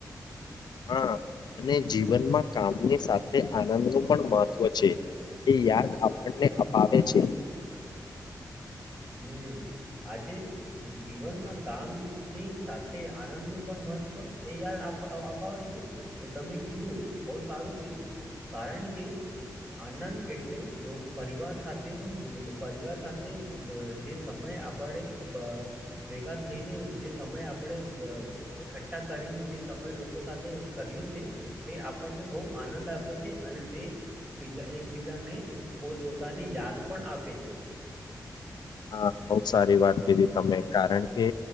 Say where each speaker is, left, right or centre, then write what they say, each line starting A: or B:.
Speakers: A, on the left (about 80°); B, on the right (about 25°).
A: હા અને જીવનમાં કામની સાથે આનંદ નું પણ મહત્વ છે એ યાદ આપણને અપાવે છે
B: હમ આજે જીવનમાં કામની સાથે આનંદ નું પણ મહત્વ એ યાદ અપાવે છે એ તમે કીધું બહ સારું કીધું કારણ કે આનંદ એટલે લો પરિવાર સાથેનો પરિવાર સાથે જે સમય આપણે ભેગા થઈને જે સમય આપણેે એકઠ્ઠા કરીને જે સમય લોકો સાથે કર્યો તે આપણને બહુ આનંદ આપે છે અને તે બીજા એકબીજાને પોત પોોતાને યાદ પણ આપે છે
A: હા બહ સારી વાત કીધી તમે કારણ કે